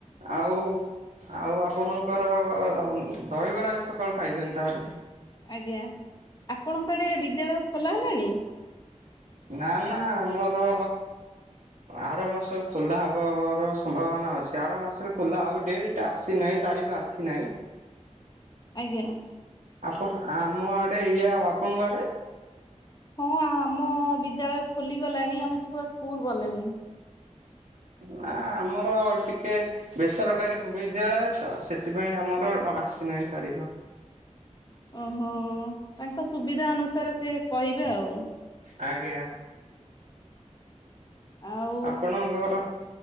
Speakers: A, on the right (about 80°); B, on the left (about 35°).
A: ଆଉ ଆଉ ଆପଣଙ୍କର ଦହିବରା ଆଜି ସକାଳୁ ଖାଇଛନ୍ତି ତାହେଲେ।
B: ଆଜ୍ଞା ଆପଣଙ୍କଆଡ଼େ ବିଦ୍ୟାଳୟ ଖୋଲା ହେଲାଣି?
A: ନା ନା ଆମର ଆର ମାସ ଖୋଲା ହବର ସମ୍ଭାବନା ଅଛି ଆର ମାସରେ ଖୋଲା ହବ ଡେଟ ଟ୍ ଆସିନାହିଁ ତାରିଖ ଆସିନାହିଁ।
B: ଆଜ୍ଞା।
A: ଆପ ଆମ ଆଡେ ଇଏ ଆଉ ଆପଣଙ୍କ ଆଡେ?
B: ହଁ ଆମ ବିଦ୍ୟାଳୟ ଖୋଲିଗଲାଣି ଆମ ଛୁଆ ସ୍କୁଲ ଗଲେଣି।
A: ନା ଆମର ଟିକେ ବେସରକାରୀ ବିଦ୍ୟାଳୟ ତ ସେ ସେଥିପାଇଁ ଆମର ଅ ଆସିନାହିଁ ତାରିଖ।
B: ଓହୋ ତାଙ୍କ ସୁବିଧା ଅନୁସାରେ ସେ କହିବେ ଆଉ।
A: ଆଜ୍ଞା।
B: ଆଉ
A: ଆପଣଙ୍କର